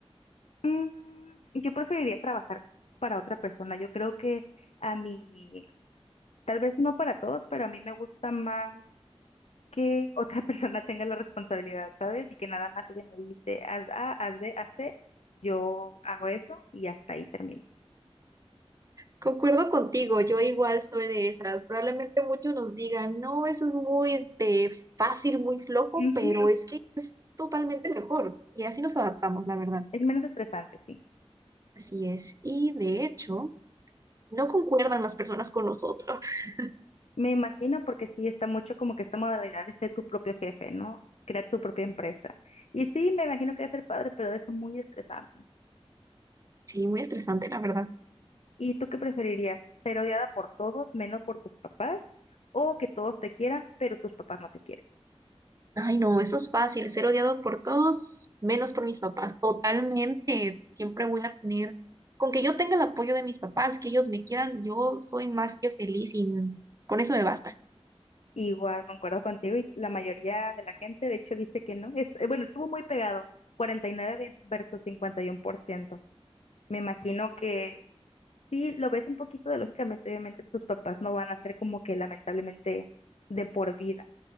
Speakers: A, on the left; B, on the right.
A: Mm, yo preferiría trabajar para otra persona. Yo creo que a mí, tal vez no para todos, pero a mí me gusta más que otra <laughs> persona tenga la responsabilidad, ¿sabes? Y que nada más ella me dice, haz A, haz B, haz C, yo hago eso y hasta ahí termino.
B: Concuerdo contigo, yo igual soy de esas. Probablemente muchos nos digan, no, eso es muy de fácil, muy flojo,
A: Ujú,
B: pero
A: ujú.
B: es que totalmente mejor. Y así nos adaptamos, la verdad.
A: Es menos estresante, sí.
B: Así es. Y de hecho, no concuerdan las personas con nosotros. <laughs>
A: Me imagino porque sí está mucho como que esta modalidad de ser tu propio jefe, ¿no? Crear tu propia empresa. Y sí, me imagino que debe ser padre, pero debe ser muy estresante.
B: Sí, muy estresante, la verdad.
A: ¿Y tú qué preferirías? ¿Ser odiada por todos, menos por tus papás? ¿O que todos te quieran, pero tus papás no te quieran?
B: Ay, no, eso es fácil, ser odiado por todos, menos por mis papás, totalmente. Siempre voy a tener, con que yo tenga el apoyo de mis papás, que ellos me quieran, yo soy más que feliz y con eso me basta.
A: Igual, concuerdo contigo y la mayoría de la gente, de hecho, dice que no. Est- eh, bueno, estuvo muy pegado, 49 ve- versus 51%. Me imagino que sí, lo ves un poquito de lógicamente, obviamente tus papás no van a ser como que lamentablemente de por vida.